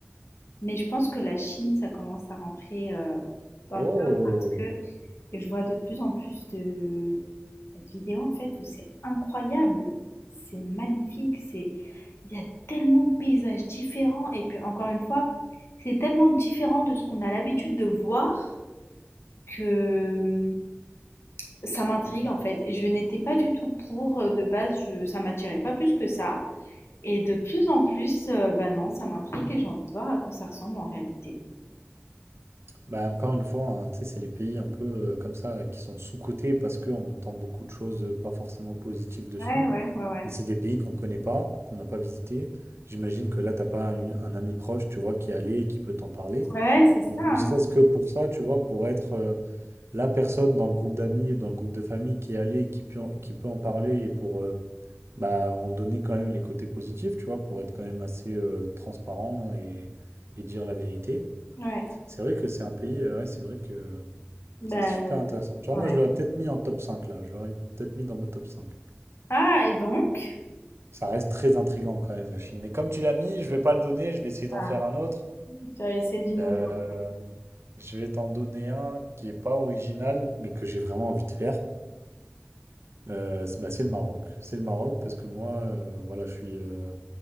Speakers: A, on the left; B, on the right.
A: Mais je pense que la Chine, ça commence à rentrer euh, dans
B: Oh!
A: le top parce que et je vois de plus en plus de, bah, de vidéos en fait où c'est incroyable, c'est magnifique, c'est il y a tellement de paysages différents et puis encore une fois, c'est tellement différent de ce qu'on a l'habitude de voir que hum, ça m'intrigue en fait. Je n'étais pas du tout pour euh, de base, je- ça m'attirait pas plus que ça. Et de plus en plus, euh, bah non, ça m'intrigue et j'ai envie de voir à quoi ça ressemble en réalité.
B: Bah, encore une fois, hein, tu sais, c'est les pays un peu euh, comme ça qui sont sous-cotés parce qu'on entend beaucoup de choses euh, pas forcément positives dessus.
A: Ouais, ouais, ouais, ouais.
B: Mais c'est des pays qu'on ne connaît pas, qu'on n'a pas visité. J'imagine que là, t'as pas un, un ami proche, tu vois, qui est allé et qui peut t'en parler.
A: Ouais, c'est
B: Donc,
A: ça. hein.
B: ne serait-ce que pour ça, tu vois, pour être euh, la personne dans le groupe d'amis, dans le groupe de famille qui est allée, qui peut en, qui peut en parler et pour euh, bah, en donner quand même les côtés positifs, tu vois, pour être quand même assez euh, transparent et, et dire la vérité.
A: Ouais.
B: C'est vrai que c'est un pays, euh, ouais, c'est vrai que euh,
A: Bah,
B: c'est super intéressant. Tu vois,
A: ouais.
B: moi, je l'aurais peut-être mis en top 5 là. Je l'aurais peut-être mis dans mon top cinq
A: Ah, et donc?
B: Ça reste très intriguant quand même, la Chine. Mais comme tu l'as mis, je vais pas le donner, je vais essayer d'en
A: Ah,
B: faire un autre.
A: tu as essayé d'innover.
B: Euh, je vais t'en donner un qui est pas original, mais que j'ai vraiment envie de faire. Euh, c'est bah, c'est le Maroc. C'est le Maroc parce que moi, euh, voilà, je suis euh,